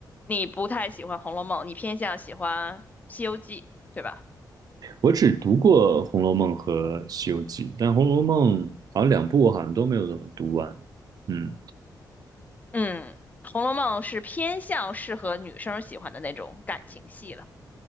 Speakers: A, on the left (about 20°); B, on the right (about 55°).
A: 你不太喜欢《红楼梦》，你偏向喜欢《西游记》，对吧？
B: 我只读过《红楼梦》和《西游记》，但《红楼梦》好像两部我好像都没有怎么读完。嗯
A: 嗯，《红楼梦》是偏向适合女生喜欢的那种感情戏了。